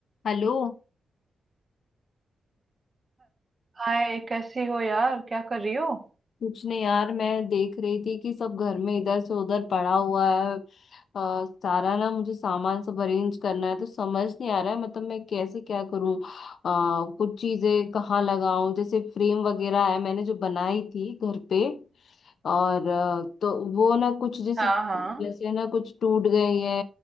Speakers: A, on the left; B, on the right.
A: हेलो
B: हाय कैसी हो यार क्या कर रही हो
A: कुछ नहीं यार मैं देख रही थी कि सब घर में इधर से उधर पड़ा हुआ है अ, सारा ना मुझे सामान सब अरेंज करना है तो समझ नहीं आ रहा है मतलब मैं कैसे क्या करूं अ, कुछ चीजें कहाँ लगाऊं जैसे फ्रेम वगैरह है मैंने जो बनाई थी घर पे और अ, तो वो ना कुछ जैसे
B: हाँ हाँ
A: जैसे ना कुछ टूट गई है